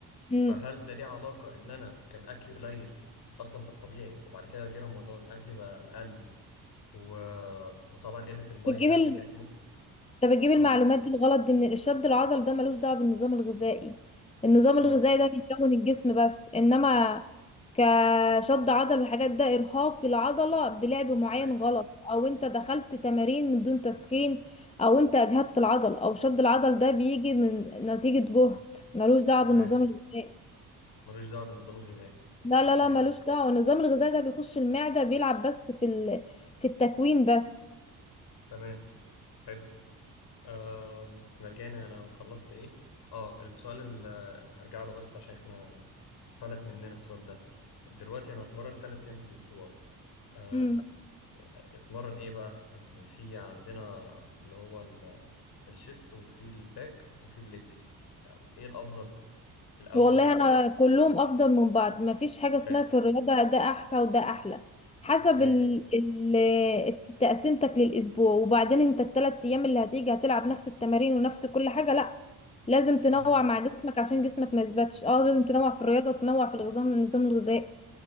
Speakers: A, on the left; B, on the left.
A: امم
B: فهل ده ليه علاقه ان انا كان اكلي قليل اصلا في الطبيعي وبعد كده جه رمضان اكلي بقى اقل و... وطبعا قله الميه
A: بتجيب
B: هل دي كانت م...
A: انت بتجيب المعلومات
B: اه
A: دي الغلط دي من الشد العضل ده ملوش دعوه بالنظام الغذائي النظام الغذائي
B: اه
A: ده بيكون الجسم بس انما كشد عضل والحاجات ده ارهاق العضله بلعب معين
B: ايوه
A: غلط او انت دخلت تمارين من دون تسخين او انت اجهدت العضل او شد العضل ده بيجي من نتيجه جهد ملوش دعوه
B: تمام
A: بالنظام الغذائي
B: ملوش دعوه بالنظام الغذائي
A: لا
B: اوكي
A: لا لا ملوش دعوه النظام الغذائي ده بيخش المعده بيلعب بس في ال... في التكوين بس
B: تمام حلو آم... احنا رجعنا انا خلصت ايه اه السؤال اللي هرجع له بس عشان احنا فلت مننا السؤال ده دلوقتي انا اتمرن ثلاث ايام في الاسبوع آه،
A: امم
B: اتمرن ايه بقى يعني في عندنا اللي هو ال- الشيست وفي الباك وفي الليج آه، ايه الافضل الاول
A: والله
B: وال
A: انا كلهم افضل من بعض ما فيش حاجه
B: حلو
A: اسمها في الرياضه ده احسن وده احلى حسب
B: اوكي
A: ال... ال... تقسيمتك للاسبوع وبعدين انت الثلاث ايام اللي هتيجي هتلعب نفس التمارين ونفس كل حاجه لا لازم تنوع
B: مهم.
A: مع جسمك عشان جسمك ما يثبتش اه لازم تنوع في الرياضه وتنوع في النظام النظام الغذائي